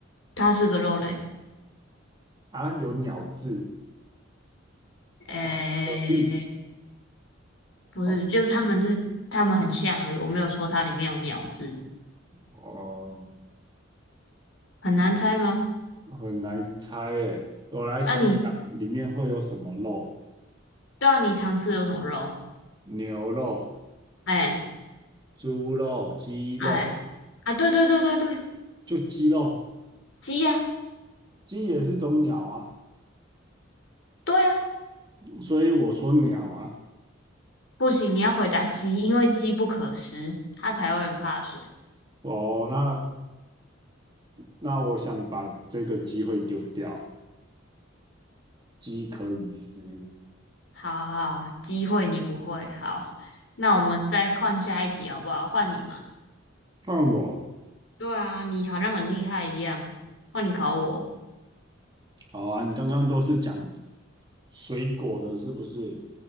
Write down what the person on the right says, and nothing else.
啊，有鸟字，
哦，蛤蜊，
哦，
哦，
很难猜耶。我来想想，
里面会有什么肉？
牛肉、
猪肉、鸡肉，
就鸡肉，
鸡也是种鸟啊，
所以我说鸟啊。
哦，那那我想把这个机会丢掉，鸡可以吃。
换我，
好啊，你刚刚都是讲水果的，是不是？